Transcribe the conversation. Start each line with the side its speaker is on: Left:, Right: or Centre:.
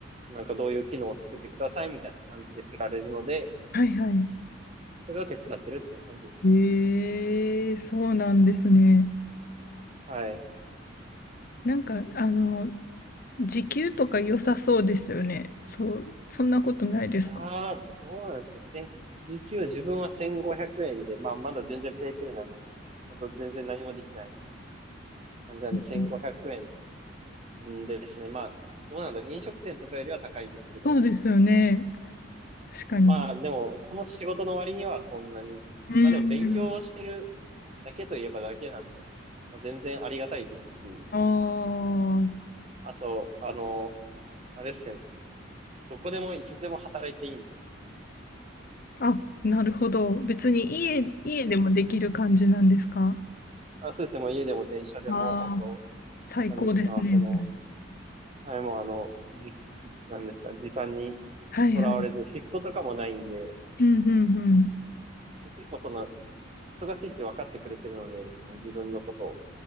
Right: なんかどういう機能を作ってくださいみたいな感じで振られるので、
Left: はいはい。
Right: それを手伝ってるっていう感じですね。
Left: ええそうなんですね。
Right: はい。
Left: なんか、あの、時給とか良さそうですよね。そう、そんなことないですか。
Right: ああ、どうなんですか。千時給は自分は1500円で、まあまだ全然ペイペイなんで、本当全然何もできない感じなんで1500円
Left: うん
Right: んんですね。まあ、どうなんだろう。飲食店とかよりは高いですけど、
Left: そうですよね。確かに。
Right: まあでもその仕事の割にはそんなに、
Left: うん。
Right: まあでも勉強してるだけといえばだけなんで、まあ、全然ありがたいですし、
Left: あ
Right: あと、あの、あれですね、どこでもいつでも働いていいんで、
Left: あ。あ、なるほど。別に家、家でもできる感じなんですか
Right: もうシフト合わせても家でも電車でも本当、
Left: ああー、最高ですね。
Right: なんですか、その、
Left: それ
Right: はい、もうあの、じ、なんですか、時間に
Left: はいはい。
Right: とらわれず、シフトとかもないんで、
Left: うんうんうん。
Right: 結構その、忙しいって分かってくれてるので、その自分のことを、